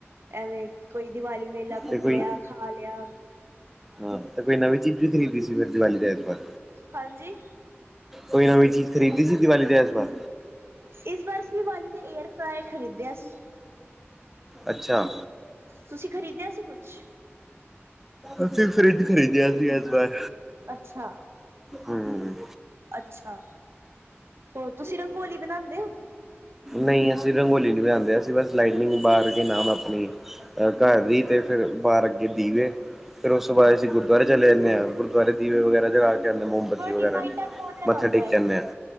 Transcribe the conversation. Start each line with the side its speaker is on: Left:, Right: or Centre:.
Right: ਐਵੇਂ ਕੋਈ ਦੀਵਾਲੀ ਮੇਲਾ ਘੁੰਮ
Centre: ਤੇ ਕੋਈ
Right: ਲਿਆ ਖਾ ਲਿਆ।
Centre: ਹਾਂ ਤੇ ਕੋਈ ਨਵੀਂ ਚੀਜ਼ ਵੀ ਖਰੀਦੀ ਸੀ ਫਿਰ ਦੀਵਾਲੀ ਦੇ ਐਤਵਾਰ।
Right: ਹਾਂਜੀ।
Centre: ਕੋਈ ਨਵੀਂ ਚੀਜ਼ ਖਰੀਦੀਸੀ ਦੀਵਾਲੀ ਤੇ ਐਸਵਾਰ।
Right: ਇਸ ਵਾਰ ਅਸੀਂ ਦਿਵਾਲੀ ਤੇ ਏਅਰ ਫ੍ਰਏ ਖਰੀਦਿਆ ਸੀ।
Centre: ਅੱਛਾ।
Right: ਤੁਸੀਂ ਖ਼ਰੀਦਿਆ ਸੀ ਕੁਛ?
Centre: ਅਸੀਂ ਫਰਿੱਜ ਖਰੀਦਿਆ ਸੀ ਇਸ ਵਾਰ।
Right: ਅੱਛਾ,
Centre: ਹੂੰ
Right: ਅੱਛਾ, ਹੋਰ ਤੁਸੀਂ ਰੰਗੋਲੀ ਬਣਾਉਂਦੇ ਹੋ।
Centre: ਨਹੀਂ ਅਸੀਂ ਰੰਗੋਲੀ ਨੀ ਬਣਾਉਂਦੇ ਅਸੀਂ ਬਸ ਲਾਈਟਨਿੰਗ ਬਾਹਰ ਕੇ ਨਾਮ ਆਪਣੀ ਘਰ ਦੀ ਅਤੇ ਫਿਰ ਬਾਹਰ ਅੱਗੇ ਦੀਵੇ ਫਿਰ ਉਸ ਤੋਂ ਬਾਅਦ ਅਸੀਂ ਗੁਰਦੁਆਰੇ ਚਲੇ ਜਾਂਦੇ ਹਾਂ ਗੁਰੁਆਰੇ ਦੀਵੇ ਵਗੈਰਾ ਜਗਾ ਕੇ ਆਉਂਦੇ ਮੋਮਬੱਤੀ
Right: ਤੁਹਾਡੀ
Centre: ਵਗੈਰਾ
Right: ਲਾਈਟਾਂ ਕੌਣ ਲਗਾਉਂਦਾ
Centre: ਮੱਥਾ ਟੇਕ
Right: ਹੈ
Centre: ਆਦੇ ਆ,